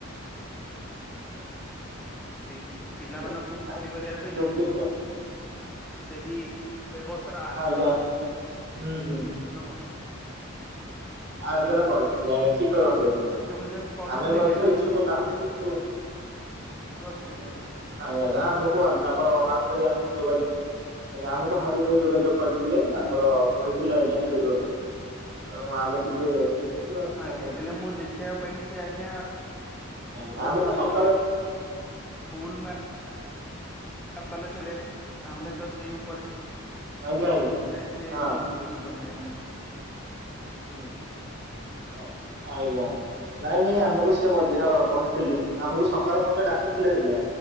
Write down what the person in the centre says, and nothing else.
କରିଛି ପିଲାମାନଙ୍କୁ
ଖୁସି କରିବା ପାଇଁ ସେହି ବ୍ୟବସ୍ଥାର
ଆୟୋଜନ
<unintelligible>
ଯୋଗାଯୋଗ କରିଥିଲେ
କି
ମୋର ଥିଲା।
ଆଜ୍ଞା,
ହେଲେ ମୁଁ ଦେଖିବାକୁ ପାଇଲି ସେ ଆଜ୍ଞା
ଇଏ
ଯୋଉ ଫୁଲ ମା <unintelligible> ଆମେ ତ ସେଇ ଉପରେ
ଏତେ
ମୁଁ କିଛି ବଝିପାରୁନି ଆଜ୍ଞା।
କହୁଥିଲି।